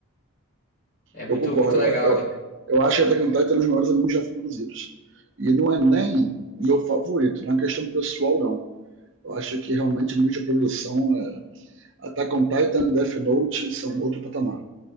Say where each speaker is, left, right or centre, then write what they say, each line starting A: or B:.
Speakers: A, on the left (about 40°); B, on the right (about 55°).
A: É muito,
B: Eu concordo.
A: muito legal
B: Eu, eu,
A: ali.
B: eu acho que Attack on Titan é um dos maiores animes já produzidos. E não é nem o meu favorito, não é uma questão pessoal, não. Eu acho que realmente o nível de produção é. Attack on Titan, Death Note são outro patamar.